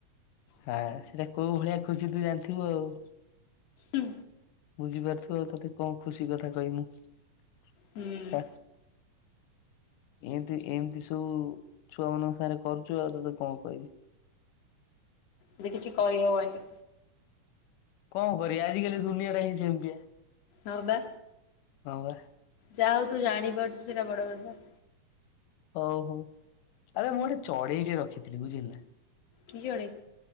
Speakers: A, on the left; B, on the left.
A: ହଁ ସେଇଟା କୋଉ ଭଳିଆ ଖୁସି ତୁ ଜାଣିଥିବୁ ଆଉ।
B: ହୁଁ।
A: ବୁଝିପାରୁଥିବୁ ଆଉ ତତେ କଣ ଖୁସି କଥା କହିବି ମୁଁ ଛାଡ୍
B: ହୁଁ
A: ଏନ୍ତି ଏମ୍ତି ସବୁ ଛୁଆ ମାନଙ୍କ ସାଙ୍ଗରେ କରୁଚୁ ଆଉ ତତେ କଣ କହିବି।
B: ଏବେ କିଛି କହିହବନି
A: କଣ କରିବା ଆଜିକାଲି ଦୁନିଆ ଟା ହିଁ ସେମିତିଆ
B: ହଁ ବା।
A: ହଁ।
B: ଯାହା ହଉ ତୁ ଜାଣିପାରୁଛୁ ସେଇଟା ବଡ଼ କଥା
A: ହଉ ହଉ ଆରେ ମୁଁ ଗୋଟେ ଚଢ଼େଇଟେ ରଖିଥିଲି ବୁଝିଲ ନା
B: କି ଚଢ଼େଇ